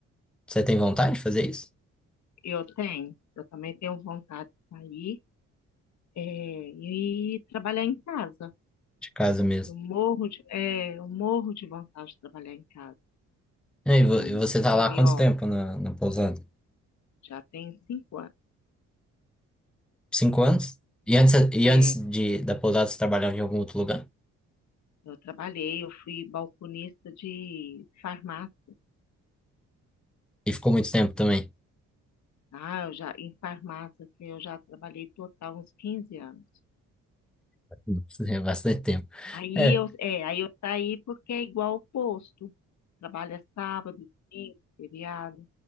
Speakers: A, in the centre; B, on the left.
A: Você tem vontade de fazer isso?
B: Eu tenho, eu também tenho vontade de sair, é, e trabalhar em casa.
A: De casa mesmo.
B: Eu morro de, é, eu morro de vontade de trabalhar em casa.
A: E aí,
B: Um
A: vo- e você tá
B: home
A: lá há quanto
B: office
A: tempo na, na pousada?
B: já tem cinco anos.
A: Cinco anos? E antes, e
B: É.
A: antes de, da pousada você trabalhava em algum outro lugar?
B: Eu trabalhei, eu fui balconista de farmácia.
A: E ficou muito tempo também?
B: Ah, eu já, em farmácia, assim, eu já trabalhei total uns 15 anos.
A: <laughs> Nossa, É bastante tempo.
B: Aí
A: É,
B: eu, é, aí eu saí porque é igual o posto. Trabalha sábado, domingo, feriado.